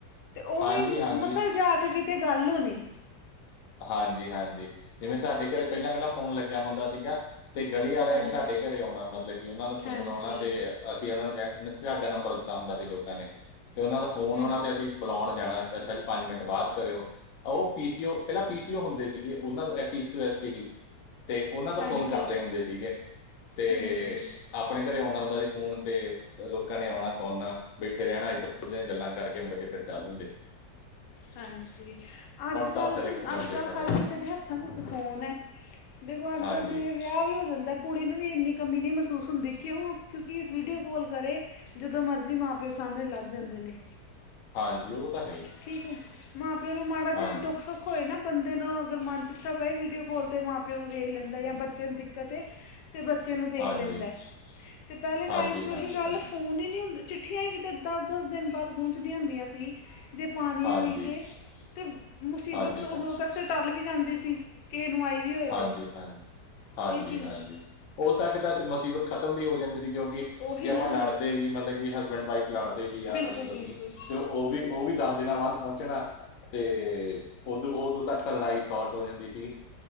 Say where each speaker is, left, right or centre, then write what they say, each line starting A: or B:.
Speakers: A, on the left; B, on the left.
A: ਅਤੇ ਉਹ
B: ਹਾਂਜੀ
A: ਵੀ
B: ਹਾਂਜੀ
A: ਮਸਾਂ ਜਾ ਕੇ ਕਿਤੇ ਗੱਲ ਹੋਣੀ।
B: ਹਾਂਜੀ -ਹਾਂਜੀ, ਜਿਵੇਂ ਸਾਡੇ ਘਰੇ
A: ਤੇ-
B: ਪਹਿਲਾਂ- ਪਹਿਲਾਂ ਫ਼ੋਨ ਲੱਗਿਆ ਹੁੰਦਾ ਸੀਗਾ। ਤੇ ਗਲੀ ਵਾਲਿਆਂ
A: ਹਾਂਜੀ
B: ਨੇ ਸਾਡੇ ਘਰੇ ਆਉਣਾ ਮਤਲਬ ਕਿ ਉਹਨਾਂ ਨੂੰ ਫੋਨ
A: ਹਾਂਜੀ,
B: ਆਉਣਾ ਤੇ ਅਸੀਂ ਉਹਨਾਂ ਨੂੰ ਕਹਿ ਸਾਡਾ ਨੰਬਰ ਦਿੱਤਾ ਹੁੰਦਾ ਸੀ ਲੋਕਾਂ ਨੇ ਤੇ ਉਹਨਾਂ ਦਾ ਫੋਨ
A: ਹੂੰ,
B: ਆਉਣਾ ਤੇ ਅਸੀਂ ਬੁਲਾਉਣ ਜਾਣਾ। ਅੱਛਾ ਜੀ, ਪੰਜ ਮਿੰਟ ਬਾਅਦ ਕਰਿਓ। ਉਹ ਪੀ ਸੀ ਓ ਪਹਿਲਾਂ ਪੀ ਸੀ ਓ ਹੁੰਦੇ ਸੀਗੇ। ਉਹਨਾਂ ਸ ਟੀ ਡੀ ਤੇ ਉਹਨਾਂ ਤੋਂ
A: ਹਾਂਜੀ,
B: ਫੋਨ ਕਰਦੇ ਹੁੰਦੇ ਸੀਗੇ। ਤੇ
A: ਹੂੰ,
B: ਆਪਣੇ ਘਰੇ ਆਉਂਦਾ ਹੁੰਦਾ ਸੀ ਫੋਨ ਤੇ ਲੋਕਾਂ ਨੇ ਆਉਣਾ ਸੌਣਨਾ ਬੈਠੇ ਰਹਿਣਾ ਇਏਧਾਂ ਦੀ ਗੱਲਾਂ ਕਰਕੇ ਮੁੜਕੇ ਫਿਰ ਚੱਲ ਦੁੰਦੇ
A: ਹਾਂਜੀ, ਅੱਜ- ਕੱਲ੍ਹ
B: ਤਾਂ ਸਰ
A: ਤ
B: ਇੱਕ ਬੰਦੇ
A: ਅੱਜ -ਕੱਲ੍ਹ
B: ਕੋਲ
A: ਹਰ
B: ਹੈ
A: ਕਿਸੇ ਦੇ ਹੱਥਾਂ ਵਿੱਚ ਫੋਨ ਹੈ। ਦੇਖੋ ਅੱਜ-
B: ਹਾਂਜੀ
A: ਕੱਲ ਜਿਵੇਂ ਵਿਆਹ ਵੀ ਹੋ ਜਾਂਦਾ ਕੁੜੀ ਨੂੰ ਵੀ ਇੰਨੀ ਕਮੀ ਨਹੀਂ ਮਹਿਸੂਸ ਹੁੰਦੀ ਕਿਉਂ ਕਿਉਂਕਿ ਵੀਡੀਓ ਕੋਾਲ ਕਰੇ ਜਦੋਂ ਮਰਜੀ ਮਾਂ ਪਿਓ ਸਾਹਮਣੇ ਲੱਭ ਜਾਂਦੇ ਨੇ
B: ਹਾਂਜੀ ਉਹ ਤਾਂ ਹੈ ਹੀ
A: ਠੀਕ ਹੈ ਮਾਂ ਪਿਓ ਨੂੰ ਮਾੜਾ ਜਿ
B: ਹਾਂਜੀ
A: ਵੀ ਦੁੱਖ ਸੁੱਖ ਹੋਏ ਨਾ ਬੰਦੇ ਨੂੰ ਅਗਰ ਮਨ ਚਿੱਥਾਵੇ ਵੀਡੀਓ ਕੋਲ ਦੇ ਮਾਂ ਪਿਓ ਨੂੰ ਵੇਖ ਲੈਂਦਾ ਜਾਂ ਬੱਚ ਨੂੰ ਦਿੱਕਤ ਅਤੇ ਬੱਚੇ ਨੂੰ ਦੇਖ
B: ਹਾਂਜੀ
A: ਲੈਂਦਾ ਅਤੇ ਪਹਿਲੇ
B: ਹਾਂਜੀ
A: ਟਾਈਮ 'ਚ
B: ਹਾਂਜੀ
A: ਉਹੀ ਗੱਲ
B: ਹਾਂਜੀ
A: ਫੋਨ ਹੀ ਨਹੀਂ ਹੁੰਦੀ ਚਿੱਠੀਆਂ ਹੀ ਕਿਤੇ ਦਸ ਦਸ ਦਿਨ ਬਾਅਦ ਪਹੁੰਚਦੀਆਂ ਹੁੰਦੀਆਂ ਸੀ ਜੇ ਪਾਣੀਆਂ
B: ਹਾਂਜੀ
A: ਹੈ ਵੀ ਤਾਂ ਤਾਂ ਮੁਸੀਬਤ
B: ਹਾਂਜੀ
A: ਉਦੋਂ
B: ਹਾਂ
A: ਤੱਕ ਟੱਲ ਵੀ ਜਾਂਦੀ ਸੀ ਕਿਹ ਨੂੰ ਆਈ ਵੀ ਹੋਏ
B: ਹਾਂਜੀ
A: ਤੇ
B: ਹਾਂ ਹਾਂਜੀ
A: ਇਹ ਚੀਜ਼
B: ਹਾਂਜੀ ਉਦ ਤੱਕ ਤਾਂ ਮੁਸੀਬਤ ਖ਼ਤਮ ਵੀ ਹੋ ਜਾਂਦੀ ਸੀ ਕਿਉਂਕਿ
A: ਉਹੀ
B: ਜੇ ਆਪਾਂ
A: ਨਾ
B: ਲੜਦੇ ਵੀ ਮਤਲਬ ਕਿ ਹਸਬੈਂਡ ਵਾਈਫ ਲੜਦੇ ਵੀ ਹੈ
A: ਬਿਲਕੁਲ
B: ਪਤੀ ਪਤਨੀ
A: ਬਿਲਕੁਲ
B: ਤੇ ਉਹ ਵੀ ਉਹ ਵੀ ਦਸ ਦਿਨਾਂ ਬਾਅਦ ਪਹੁੰਚਣਾ ਤੇ ਤੇ ਉਦੋਂ ਉਦੋਂ ਤੱਕ ਲੜਾਈ ਸੋਟ ਹੋ ਜਾਂਦੀ ਸੀ